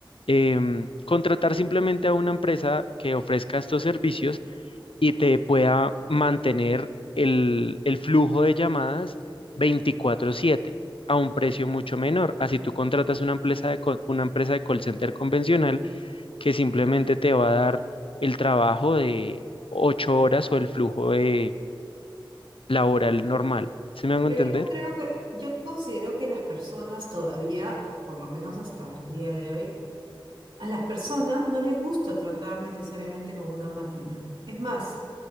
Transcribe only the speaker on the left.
em, contratar simplemente a una empresa que ofrezca estos servicios y te pueda mantener el, el flujo de llamadas veinticuatro siete a un precio mucho menor. Así tú contratas una empresa de, co- una empresa de call center convencional que simplemente te va a dar el trabajo de 8 horas o el flujo de laboral normal. ¿Se me hago
entender?